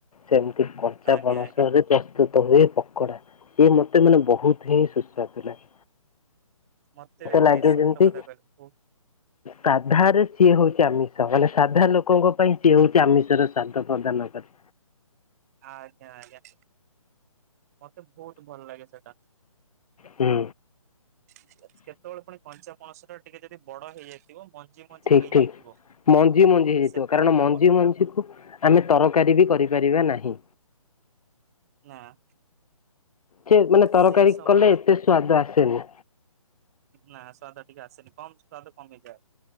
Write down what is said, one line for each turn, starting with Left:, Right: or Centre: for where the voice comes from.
Left: ସେମିତି କଞ୍ଚା
Right: ଆଜ୍ଞା
Left: ପଣସ
Right: ଆଜ୍ଞା
Left: ରେ ପ ତଏ ପକଡ଼ା ଇଏ ମତେ ମାନେ ବହୁତ୍ ହିଁ ସୁସ୍ୱାଦୁ ଲାଗେ,
Right: ମତେ ବି
Left: ଲାଗେ
Right: ଭାଇ ସତ
Left: ଯେମିତି
Right: କଥା କହିଲୁ ବହୁତ୍,
Left: ସାଧାରେ ସିଏ ହଉଛି ଆମିଷ ମାନେ ସାଧା ଲୋକଙ୍କ ପାଇଁ ସିଏ ହଉଛି ଆମିଷର ସ୍ଵାଦ ପ୍ରଦାନ କରେ,
Right: ଆଜ୍ଞା-ଆଜ୍ଞା ମତେ ବହୁତ୍ ଭଲ ଲାଗେ ସେଟା,
Left: ହୁଁ,
Right: କେତେବେଳେ ପୁଣି କଞ୍ଚା ପଣସ ଟା ଟିକେ ଯଦି ବଡ଼ ହେଇଯାଇଥିବ ମଞ୍ଜି, ମଞ୍ଜି
Left: ଠିକ୍-ଠିକ୍
Right: ହେଇଯାଇଥିବ
Left: ମଞ୍ଜି-ମଞ୍ଜି ହେଇଯାଇଥିବ
Right: ସେତେବେଳେ
Left: କାରଣ ମଞ୍ଜି-ମଞ୍ଜି
Right: ତାକୁ
Left: କୁ, ମାନେ ତରକାରୀ ବି କରିପାରିବା ନାହିଁ,
Right: ନା,
Left: ସେ ମାନେ ତରକାରୀ
Right: ସେଇ ସମୟରେ
Left: କଲେ ଏତେ
Right: ତାକୁ
Left: ସ୍ଵାଦ ଆସେନି,
Right: ନା ସ୍ଵାଦ ଟିକେ ଆସେନି କମ ସ୍ଵାଦ କମେଇଯାଏ